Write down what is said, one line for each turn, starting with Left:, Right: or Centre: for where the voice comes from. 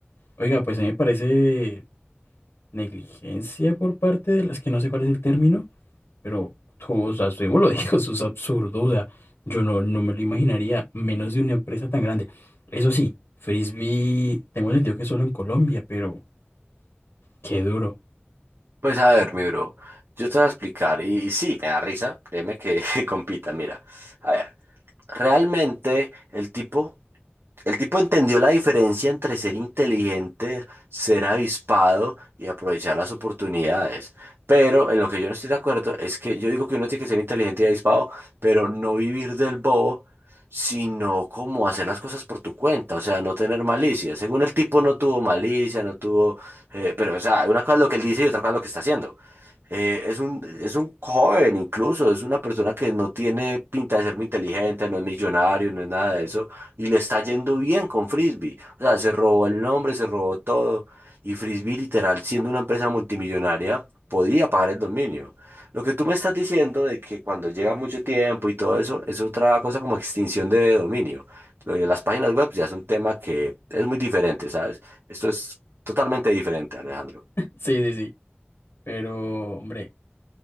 Left: Oiga, pues a mí me parece negligencia por parte de las que no sé cuál es el término, pero, o sea, usted mismo lo dijo, <laughs> eso es absurdo, o sea, yo no, no me lo imaginaría, menos de una empresa tan grande. Eso sí, Frisbee, tengo entendido que solo en Colombia, pero qué duro. <laughs>
Right: Pues a ver, mi bro, yo te voy a explicar. Y, y sí, me da risa, créeme que <laughs> compita, mira. A ver, realmente el tipo... El tipo entendió la diferencia entre ser inteligente, ser avispado y aprovechar las oportunidades. Pero en lo que yo no estoy de acuerdo es que yo digo que uno tiene que ser inteligente y avispado, pero no vivir del bobo, sino como hacer las cosas por tu cuenta, o sea, no tener malicia. Según el tipo no tuvo malicia, no tuvo... eh, pero, o sea, una cosa es lo que él dice y otra cosa es lo que está haciendo. Eh, es un, es un joven incluso, es una persona que no tiene pinta de ser muy inteligente, no es millonario, no es nada de eso y le está yendo bien con Frisbee. O sea, se robó el nombre, se robó todo. Y Frisbee, literal, siendo una empresa multimillonaria, podía pagar el dominio. Lo que tú me estás diciendo de que cuando llega mucho tiempo y todo eso, es otra cosa como extinción de dominio. Lo de las páginas web ya es un tema que es muy diferente, ¿sabes? Esto es totalmente diferente, Alejandro.
Left: Sí, sí, sí, pero, hombre,